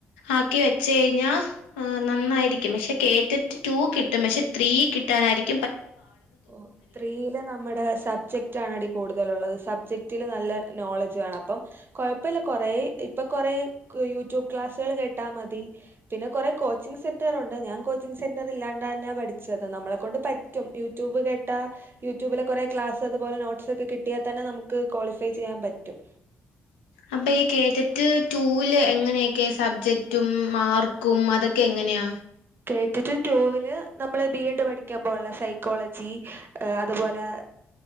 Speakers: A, on the left; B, on the right.
A: ആക്കി വച്ച കഴിഞ്ഞാൽ നന്നായിരിക്കും പക്ഷെ കേറ്റിട്ട് ടു കിട്ടും പക്ഷെ ത്രീ കിട്ടാനായിരിക്ക
B: ഓ ത്രീയില് നമ്മുടെ സബ്ജക്ട് ക്ട് ആണെടി കൂടുതല്ലുള്ളത്.. സബ്ജക്റ്റില് നല്ല നോളജ് വേണം.. അപ്പം കുഴപ്പല്ല കുറേ ഇപ്പ കുറെ യൂട്യൂബ് ക്ലാസുകൾ കേട്ടാ മതി പിന്നെ കുറെ കോച്ചിങ്‌ സെന്റർ ഉണ്ട്.. ഞാൻ കോച്ചിങ് സെന്റ ഇല്ലാണ്ട തന്നെ പഠിച്ചത് നമ്മളെ കൊണ്ട് പറ്റും യൂട്യൂബ് കേട്ടാ യൂട്യൂബിലെ കുറെ ക്ലാസ് അതുപോലെോ്സ് ഒക്കെ കിട്ടിയൽ തന്നെ നമുക്ക് ക്വാളിഫൈ ചെയ്യാൻ പറ്റും
A: അപ്പൊ ഈ കേറ്ററ്റ് ടൂൽ എങ്ങനെയൊക്കെ സബ്ജക്ടും മാർക്കും അതൊക്കെ എങ്ങന അനെയ
B: കേറ്ററ്റ് ടു വില് നമ്മള് ബി എഡ് പഠിക്കാൻ പോലുള്ള സൈക്കോളജി അതുപോലെ